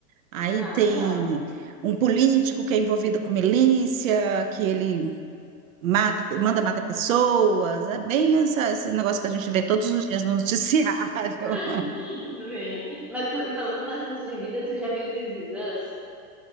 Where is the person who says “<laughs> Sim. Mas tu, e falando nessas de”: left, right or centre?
Centre